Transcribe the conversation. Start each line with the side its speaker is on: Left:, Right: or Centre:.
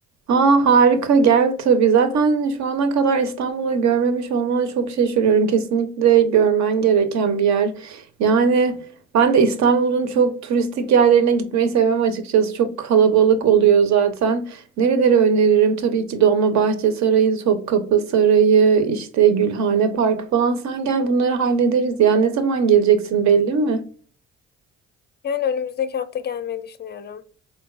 Right: Aa harika gel tabii. Zaten şu ana kadar İstanbul'u görmemiş olmana çok şaşırıyorum. Kesinlikle görmen gereken bir yer. Yani ben de İstanbul'un çok turistik yerlerine gitmeyi sevmem açıkçası. Çok kalabalık oluyor zaten. Nereleri öneririm? Tabii ki Dolmabahçe Sarayı, Topkapı Sarayı, işte Gülhane Parkı falan. Sen gel bunları hallederiz. Ya ne zaman geleceksin belli mi?
Left: Yani önümüzdeki hafta gelmeyi düşünüyorum.